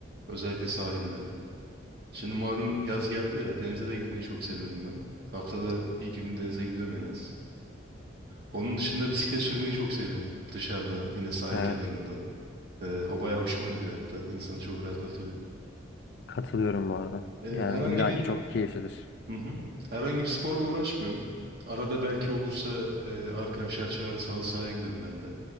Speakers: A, on the right; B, on the left.
A: Özellikle sahilde. Şimdi malum yaz geldi ya denize de gitmeyi çok seviyorum ben. Haftada bir iki gün denize gidiyorum en az. Onun dışında bisiklet sürmeyi çok seviyorum. Dışarıda yine sahil
B: Evet.
A: kenarında. Ee, o bayağı hoşuma gidiyor hatta. İnsanı çok rahatlatıyor.
B: Katılıyorum bu arada.
A: Ee, herhangi
B: Yani illaki
A: bir
B: çok keyiflidir.
A: Hı hı. Herhangi bir sporla uğraşmıyorum. Arada belki olursa e, arkadaşlar çağırırsa halı sahaya gidiyorum ben de.